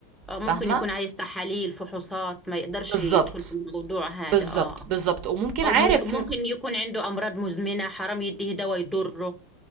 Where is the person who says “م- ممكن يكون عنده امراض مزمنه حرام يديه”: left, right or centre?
Centre